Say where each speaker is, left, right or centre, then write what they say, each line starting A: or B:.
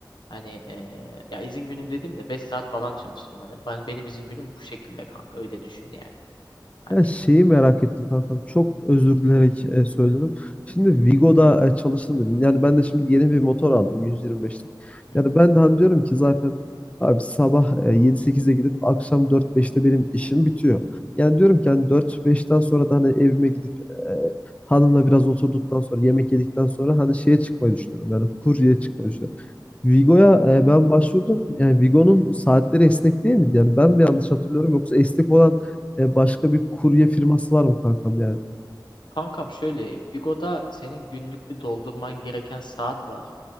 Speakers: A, on the left; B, on the left.
A: Hani eee, ya izin günüm dediğimde beş saat falan çalıştım. Hani ben, benim izin günüm bu şekilde kanka öyle düşün yani. Hani
B: Ya şeyi merak ettim kankam. Çok özür dileyerek e, söylüyorum. Şimdi Vigo'da e, çalıştım dedim. Yani ben de şimdi yeni bir motor aldım 125'lik.
A: <laughs>
B: Yani ben de hani diyorum ki zaten abi sabah e, 7-8'de gidip akşam 4-5'te benim işim bitiyor. Yani diyorum ki hani 4-5'ten sonra da hani evime gidip e, hanımla biraz oturduktan sonra yemek yedikten sonra hani şeye çıkmayı düşünüyorum. Yani kurye çıkmayı düşünüyorum. Vigo'ya e, ben başvurdum. Yani Vigo'nun saatleri esnek değil miydi? Yani ben mi yanlış hatırlıyorum yoksa esnek olan e, başka bir kurye firması var mı kankam yani?
A: Kankam şöyle Bigo'da senin günlük bir doldurman gereken saat var.